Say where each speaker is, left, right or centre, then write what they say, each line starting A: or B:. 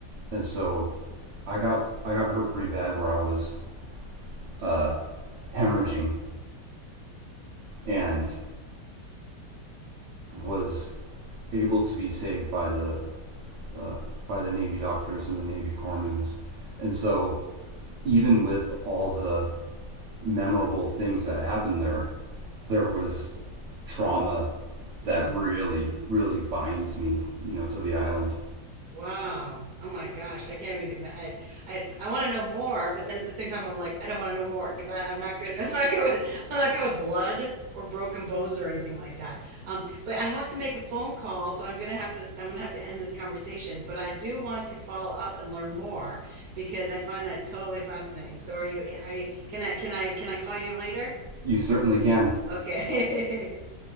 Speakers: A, on the right (about 85°); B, on the right (about 70°).
A: and so I got I got hurt pretty bad where I was uh, hemorrhaging and was able to be saved by the uh, by the Navy doctors and the Navy corpsmen. And so, even with all the memorable things that happened there, there was trauma
B: yeah.
A: that really, really binds me, you know, to the island.
B: Wow. Oh my gosh. I can't even imagine. I, I, I want to know more, but then at the same time, I'm like, I don't want to know more because I'm not good. <laughs> I'm not good with, I'm not good with blood or broken bones or anything like that. Um, but I have to make a phone call, so I'm gonna have to, I'm gonna have to end this conversation. But I do want to follow up and learn more because I find that totally fascinating. So are you, eh, are you, can I, can I, can I call you later?
A: You certainly can.
B: Okay. <laughs>